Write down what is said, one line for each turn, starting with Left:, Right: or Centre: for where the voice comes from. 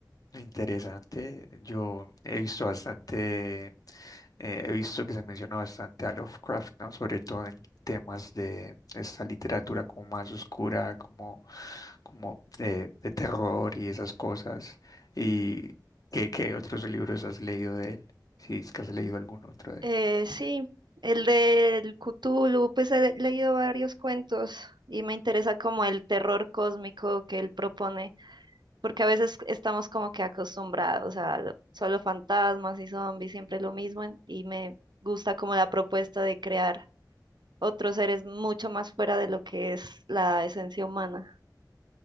Left: interesante, yo he visto bastante Eh, he visto que se menciona bastante a Lovecraft, ¿no? Sobre todo en temas de esta literatura como más oscura, como, como eh, de terror y esas cosas. ¿Y qué, qué otros libros has leído de él? Si es que has leído algún otro de
Right: Eh,
Left: él.
Right: sí, el del Cthulhu, pues he leído varios cuentos y me interesa como el terror cósmico que él propone, porque a veces estamos como que acostumbrados a lo- solo fantasmas y zombies, siempre lo mismo, en- y me gusta como la propuesta de crear otros seres mucho más fuera de lo que es la esencia humana.